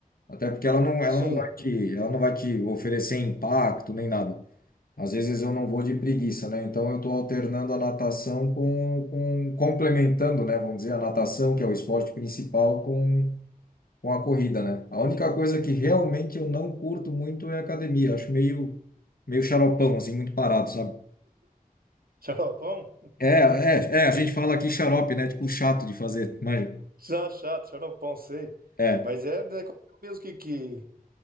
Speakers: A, on the left; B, on the right.
A: Até porque ela não, ela
B: Sim,
A: não vai te, ela não vai te oferecer impacto nem nada. Às vezes eu não vou de preguiça, né? Então eu tô alternando a natação com, com complementando, né? Vamos dizer, a natação, que é o esporte principal, com, com a corrida, né? A única coisa que realmente eu não curto muito é academia. Acho meio, meio xaropão, assim, muito parado, sabe?
B: <laughs> xaropão?
A: É, é, é, a gente fala aqui xarope, né? Tipo, chato de fazer, mas
B: Já chato, xaropão, sei.
A: é,
B: Mas é, não é qualquer um mesmo que, que...